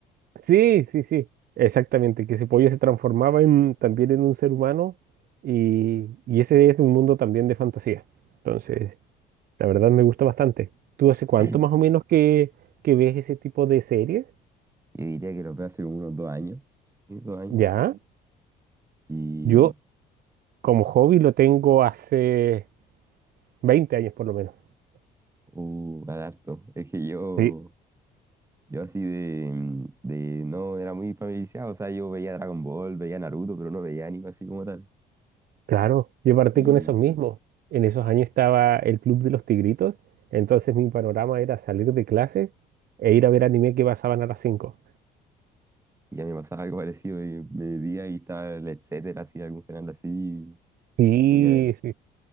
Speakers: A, on the right (about 60°); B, on the right (about 15°).
A: sí, sí, sí, exactamente, que ese pollo se transformaba en, también en un ser humano y, y ese es un mundo también de fantasía. Entonces, la verdad me gusta bastante. ¿Tú hace cuánto
B: <clears throat>
A: más o menos que, que ves ese tipo de series?
B: Yo diría que los veo hace unos dos años. sí, Dos años.
A: Ya,
B: Y,
A: yo como hobby lo tengo hace 20 años por lo menos.
B: uh, al harto. Es que yo,
A: Sí.
B: yo así de, mm, de, no era muy familiarizado. O sea, yo veía Dragon Ball, veía Naruto, pero no veía anime así como tal.
A: Claro, yo partí
B: Y,
A: con esos mismos. En esos años estaba el Club de los Tigritos, entonces mi panorama era salir de clase e ir a ver anime que pasaban a las 5.
B: y ya me pasaba algo <laughs> parecido. Y me metía y estaba el etcétera, así, algún canal así.
A: Sí,
B: Y ya, ¿no?
A: sí.